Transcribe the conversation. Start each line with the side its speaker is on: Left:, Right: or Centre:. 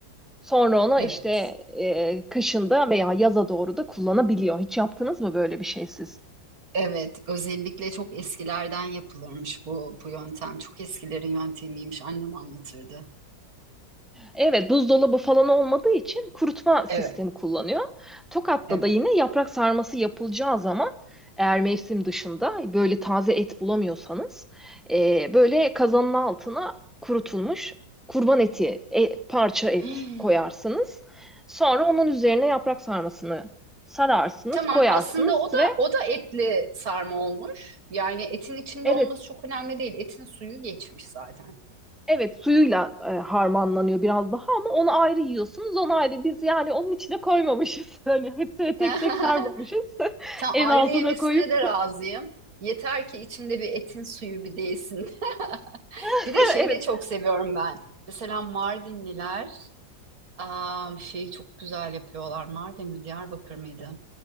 Centre: Sonra onu
Right: Evet.
Centre: işte e, kışında veya yaza doğru da kullanabiliyor. Hiç yaptınız mı böyle bir şey siz?
Right: Evet, özellikle çok eskilerden yapılırmış bu bu yöntem. Çok eskilerin yöntemiymiş. Annem anlatırdı.
Centre: Evet, buzdolabı falan olmadığı için kurutma
Right: Evet,
Centre: sistemi kullanıyor. Tokat'ta
Right: evet.
Centre: da yine
Right: <gasps>
Centre: yaprak sarması yapılacağı zaman eğer mevsim dışında böyle taze et bulamıyorsanız e, böyle kazanın altına kurutulmuş kurban eti, e, parça et
Right: Hmm.
Centre: koyarsınız. Sonra onun üzerine yaprak sarmasını sararsınız,
Right: Tamam,
Centre: koyarsınız
Right: aslında o da
Centre: ve
Right: o da etli sarma olmuş. Yani etin içinde
Centre: evet
Right: olması çok önemli değil. Etin suyu geçmiş zaten.
Centre: Evet suyuyla e, harmanlanıyor biraz daha ama onu ayrı yiyorsunuz onu ayrı biz yani onun içine koymamışız <laughs> hani hepsine tek
Right: <laughs>
Centre: tek sarmamışız <laughs>
Right: Tam
Centre: en
Right: ayrı
Centre: altına
Right: yemesine
Centre: koyup
Right: de razıyım. Yeter ki içimde bir etin suyu bir değsin. <laughs>
Centre: <laughs>
Right: Bir de şeyi
Centre: evet
Right: de çok seviyorum ben. Mesela Mardinliler aa, şeyi çok güzel yapıyorlar. Mardin mi Diyarbakır mıydı?